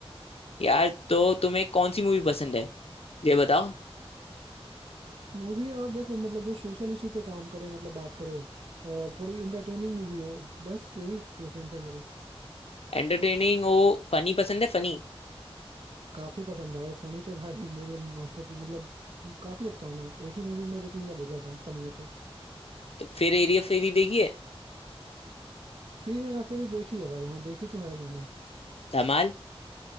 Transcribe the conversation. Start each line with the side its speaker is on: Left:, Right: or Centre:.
Left: यार तो तुम्हें कौन सी मूवी पसंद है ये बताओ
Right: मूवी और देखो मतलब जो सोशल इशू पे काम करे मतलब बात करे और थोड़ी इंटरटेनिंग मूवी हो बस यही प्रेफरेंस है मेरी
Left: एंटरटेनिंग हो फनी पसंद है फनी
Right: काफी पसंद है भाई फनी तो भाई <laughs> मेरे मास्टरपीस मतलब काफी देखता हूँ मैं एक ही मूवी मैं दो तीन बार देख लेता हूँ फनी हो तो
Left: तो फिर एरिया फेरी देखिए
Right: फिर हेरा फेरी देखी है भाई हाँ देखी तो है मैंने
Left: धमाल